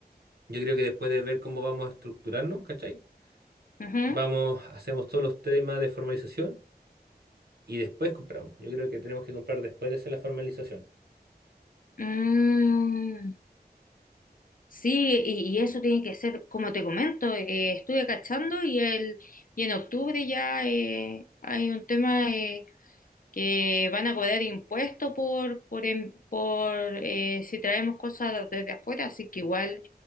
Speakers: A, on the right (about 70°); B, on the left (about 55°).
A: Yo creo que después de ver cómo vamos a estructurarnos, ¿cachai?
B: Ujú.
A: Vamos, hacemos todos los temas de formalización y después compramos. Yo creo que tenemos que comprar después de hacer la formalización.
B: Mm, sí, y, y eso tiene que ser, como te comento, eh, estuve cachando y, el, y en octubre ya eh, hay un tema. eh, que van a cobrar impuestos por, por, en- por eh, si traemos cosas desde afuera, así que igual